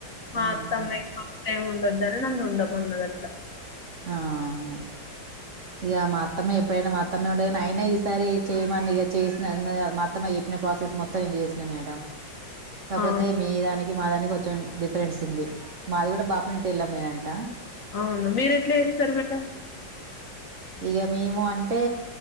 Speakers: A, on the left; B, on the right.
A: మా
B: ఉహు
A: అత్తమ్మాయి ఫస్ట్ టైమ్ ఉండో దన్ నన్ను ఉండమని అట్లా
B: ఆ హా ఇగ మా అత్తమ్మ ఎప్పుడైనా మా మా అత్తమ్మె ఉంటది కానీ అయినా ఈసారి చేయమని ఇగ చేసిన మా అత్తమ్మ చెప్పిన ప్రాసెస్ మొత్తం నేను చేసినా మేడం కాపోతే
A: అవును
B: మీ దానికి మా దానికి కొం డిఫరెన్స్ ఉంది మాది కూడా బాపనట్టే ఎల్లెమ్మే అంట
A: అవును మీరు ఎట్లా చేస్తరు మేడం
B: ఇగ మేము అంటే